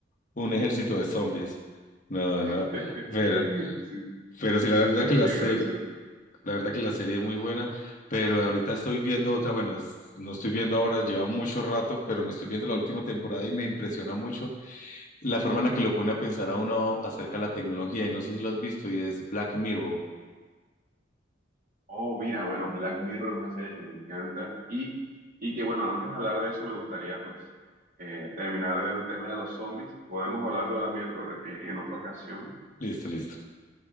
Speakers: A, on the left (about 45°); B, on the right (about 50°).
A: un ejército de zombies. No, no,
B: <laughs>
A: pero,
B: Sí,
A: pero sí, la verdad
B: eso estaría
A: que la serie,
B: gracioso.
A: la verdad que la serie es muy buena, pero ahorita estoy viendo otra, bueno, es- no estoy viendo ahora, lleva mucho rato, pero me estoy viendo la última temporada y me impresiona mucho la forma en la que lo pone a pensar a uno acerca de la tecnología, y no sé si lo has visto, y es Black Mirror.
B: Oh, mira, bueno, Black Mirror es una serie que me encanta y, y que, bueno, antes de hablar de eso me gustaría, pues, eh, terminar del tema de los zombies. Podemos hablar de Black Mirror eh, en otra ocasión
A: Listo, listo.